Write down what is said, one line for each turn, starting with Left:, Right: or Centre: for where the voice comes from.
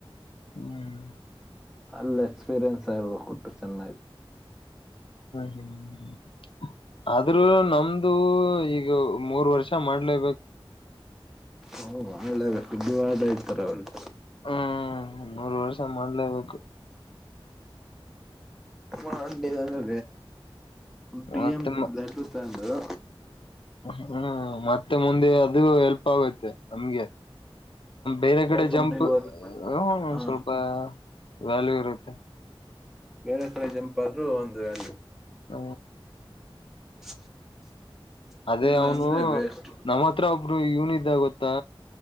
Left: ಹ್ಮ್
Centre: ಅಲ್ಲ ಎಕ್ಸ್ಪೀರಿಯನ್ಸ್ ಆಗರ್ಬೇಕ ಕೊಟ್ಟು ಚೆನ್ನ
Left: ಹ್ಮ್ ಹ್ಮ್ ಆದ್ರೂ ನಮ್ದು ಈಗ ಮೂರ್ ವರ್ಷ ಮಾಡ್ಲೇಬೇಕು
Centre: ಹಓ ಒಳ್ಳ ಸುದ್ದವಾದ ಇಡ್ತಾರೆ ಅವಂತೆ
Left: ಹ್ಮ್ ಮೂರ್ ವರ್ಷ ಮಾಡ್ಲೇಬೇಕು
Centre: ಹ ಅಲ್ಲಿಗ ಅಂದ್ರ ಡಿ
Left: ಮತ್ತೆ
Centre: ಎಮ
Left: ಮ
Centre: ಹ
Left: ಹ್ಮ್ ಮತ್ತೆ ಮುಂದೆ ಅದು ಹೆಲ್ಪ್ ಆಗುತ್ತೆ ನಮ್ಗೆ ಬೇರೆ ಕಡೆ
Centre: ಕಂಪ್ನಿಗೆ
Left: ಜಂಪ್
Centre: ಹೋದ
Left: ಎಲೋ ಒನ್ ಕಡೆ
Centre: ಹಾ
Left: ಸ್ವಲ್ಪ ವ್ಯಾಲ್ಯೂ ಇರುತ್ತೆ
Centre: ಬೇರೆ ಕಡೆ ಜಂಪಾದ್ರೂ ಒಂದು ವ್ಯಾಲ್ಯೂ
Left: ಹ್ಮ
Centre: <inaudible>
Left: ಅದೇ
Centre: ಇಲ್ಲ
Left: ಅವನು
Centre: ಅಂದ್ರೆ ವೇಸ್ಟ್
Left: ನಮ್ಮ್ ಹತ್ರ ಒಬ್ರು ಇವನ ಇದ್ದ ಗೊತ್ತಾ